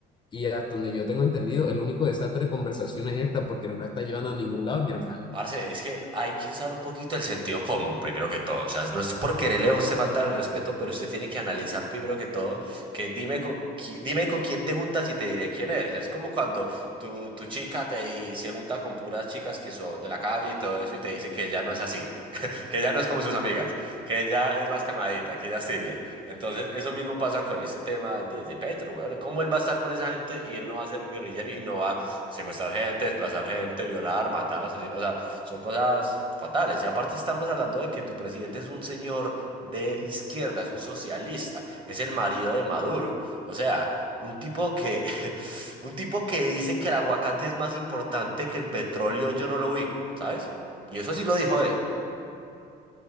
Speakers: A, on the left; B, on the right.
A: y hasta donde yo tengo entendido, el único desastre de conversación es esta porque no la está llevando a ningún lado mi hermano.
B: Parce, es que hay que usar un poquito el sentido común, primero que todo. O sea, no es por quererle a usted falta el respeto, pero usted tiene que analizar primero que todo que dime con, qui- dime con quién te juntas y te diré quién eres. Es como cuando tu, tu chica te, se junta con puras chicas que son de la calle y todo eso y te dice que ella no es así. <laughs> que ya no es como sus amigas, que ella es más calmadita, que ella es tímida. Entonces, eso mismo pasa con este tema de, de Petro, weón. ¿Cómo él va a estar con esa gente y él no va a ser un guerrillero y no va a secuestrar gente, desplazar gente, violar, matar, asesinar? O sea, son cosas fatales. Y aparte estamos hablando de que tu presidente es un señor de izquierda, es un socialista, es el marido de Maduro. O sea, un tipo que, <laughs> un tipo que dice que el aguacate es más importante que el petróleo, yo no lo ubico, ¿sabes? Y eso sí lo dijo él.